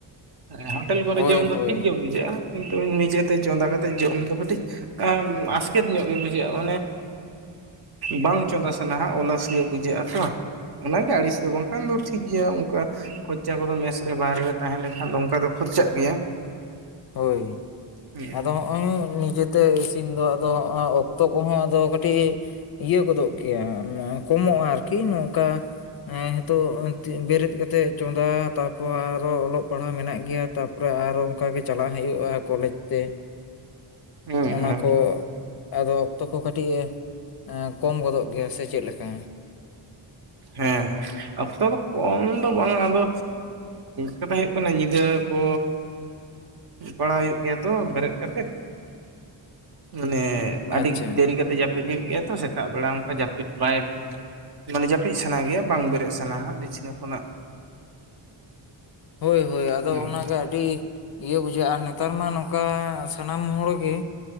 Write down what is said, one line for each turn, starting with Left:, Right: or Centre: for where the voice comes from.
Right: ᱦᱮᱸ ᱦᱳᱴᱮᱞ ᱠᱚᱨᱮ
Left: ᱦᱳᱭ
Right: ᱡᱚᱢ ᱫᱚ
Left: ᱦᱳᱭ
Right: ᱴᱷᱤᱠ ᱜᱮ ᱵᱩᱡᱷᱟᱹᱜ-ᱟ ᱠᱤᱱᱛᱩ ᱱᱤᱡᱮᱛᱮ ᱪᱚᱸᱫᱟ ᱠᱟᱛᱮᱜ ᱡᱚᱢ ᱫᱚ ᱠᱟᱹᱴᱤᱡ ᱟᱥ ᱠᱮᱛ ᱧᱚᱜ ᱜᱮ ᱵᱩᱡᱷᱟᱹᱜ-ᱟ ᱢᱟᱱᱮ ᱵᱟᱝ ᱪᱚᱸᱫᱟ ᱥᱟᱱᱟ‌-ᱟ ᱚᱞᱟᱥ ᱜᱮ ᱵᱩᱡᱷᱟᱹᱜ-ᱟ ᱛᱚ ᱚᱱᱟᱜᱮ ᱟᱹᱲᱤᱥ ᱫᱚ ᱵᱟᱝᱠᱷᱟᱱ ᱫᱚ ᱴᱷᱤᱠ ᱜᱮᱭᱟ ᱚᱱᱠᱟ ᱠᱷᱚᱨᱪᱟ ᱠᱚᱫᱚ ᱢᱮᱥ ᱨᱮ ᱵᱟᱦᱨᱮ ᱨᱮ ᱛᱟᱦᱮᱸ ᱞᱮᱱᱠᱷᱟᱱ ᱫᱚ ᱚᱝᱠᱟ ᱫᱚ ᱠᱷᱚᱨᱪᱟᱜ ᱜᱮᱭᱟ᱾
Left: ᱦᱳᱭ
Right: ᱦᱩᱸ
Left: ᱟᱫᱚ ᱱᱚᱜ-ᱚᱭ ᱱᱤᱡᱮᱹᱛᱮ ᱤᱥᱤᱱ ᱫᱚ ᱟᱫᱚ ᱚᱠᱛᱚ ᱠᱚᱦᱚᱸ ᱟᱫᱚ ᱠᱟᱹᱴᱤᱡ ᱤᱭᱟᱹ ᱜᱚᱫᱚᱜ ᱜᱮᱭᱟ ᱠᱚᱢᱚᱜ-ᱟ ᱟᱨᱠᱤ ᱱᱚᱝᱠᱟ ᱮ ᱱᱤᱛᱚᱜ ᱵᱮᱨᱮᱫ ᱠᱟᱛᱮᱫ ᱪᱚᱸᱫᱟ ᱛᱟᱯᱚᱨ ᱟᱨᱚ ᱚᱞᱚᱜ ᱯᱟᱲᱦᱟᱣ ᱢᱮᱱᱟᱜ ᱜᱮᱭᱟ ᱛᱟᱯᱚᱨᱮ ᱟᱨᱚ ᱚᱱᱠᱟ ᱜᱮ ᱪᱟᱞᱟᱜ ᱦᱩᱭᱩᱜ-ᱟ ᱠᱚᱞᱮᱡᱽ ᱛᱮ
Right: ᱦᱩᱸ
Left: ᱚᱱᱟ
Right: ᱦᱩᱸ
Left: ᱠᱚ ᱟᱫᱚ ᱚᱠᱛᱚ ᱠᱚ ᱠᱟᱹᱴᱤᱡ ᱮ ᱠᱚᱢ ᱜᱚᱫᱚᱜ ᱜᱮᱭᱟ ᱥᱮ ᱪᱮᱫ ᱞᱮᱠᱟ?
Right: ᱦᱮ ᱦᱮᱸ ᱦᱮᱸ ᱚᱠᱛᱚ ᱫᱚ ᱠᱚᱢ ᱫᱚ ᱵᱟᱝᱟ ᱟᱫᱚ ᱠᱟᱛᱷᱟ ᱦᱩᱭᱩᱜ ᱠᱟᱱᱟ ᱧᱤᱫᱟᱹ ᱠᱚ ᱯᱟᱲᱟᱣ ᱦᱩᱭᱩᱜ ᱜᱮᱭᱟ ᱛᱚ ᱵᱮᱨᱮᱫ ᱠᱟᱛᱮᱫ ᱢᱟᱱᱮ ᱟᱹᱰᱤ
Left: ᱟᱪᱪᱷᱟ
Right: ᱫᱮᱨᱤ ᱠᱟ ᱠᱟᱛᱮᱫ ᱡᱟᱹᱯᱤᱫ ᱦᱩᱭᱩᱜ ᱜᱮᱭᱟ ᱛᱚ ᱥᱮᱛᱟᱜ ᱵᱮᱲᱟ ᱚᱱᱠᱟ ᱡᱟᱹᱯᱤᱫ ᱵᱟᱭ ᱢᱟᱱᱮ ᱡᱟᱹᱯᱤᱫ ᱥᱟᱱᱟ ᱜᱮᱭᱟ ᱵᱟᱝ ᱵᱮᱨᱮᱫ ᱥᱟᱱᱟ ᱦᱟᱜ ᱵᱤᱪᱷᱱᱟᱹ ᱠᱷᱚᱱᱟᱜ᱾
Left: ᱦᱳᱭ ᱦᱳᱭ ᱟᱫᱚ
Right: ᱦᱮᱸ
Left: ᱚᱱᱟ ᱜᱮ ᱟᱹᱰᱤ ᱤᱭᱟᱹ ᱵᱩᱡᱷᱟᱹᱜ-ᱟ ᱟᱨ ᱱᱮᱛᱟᱨ ᱢᱟ ᱱᱚᱝᱠᱟ ᱥᱟᱱᱟᱢ ᱦᱚᱲ ᱜᱮ